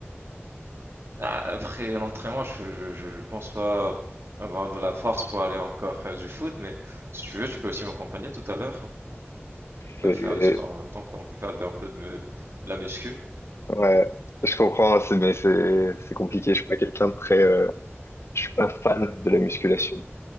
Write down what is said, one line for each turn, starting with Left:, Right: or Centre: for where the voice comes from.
Right: Ah, Après l'entraînement, je, je, je je pense pas avoir de la force pour aller encore faire du foot, mais si tu veux, tu peux aussi m'accompagner tout à l'heure. hein. On peut
Left: C'est-
Right: faire du sport en même temps, on peut faire un peu de, de- de la muscu
Left: Ouais, je comprends, c'est- mais c'est c'est compliqué. Je suis pas quelqu'un de très... euh, Je suis pas fan de la musculation.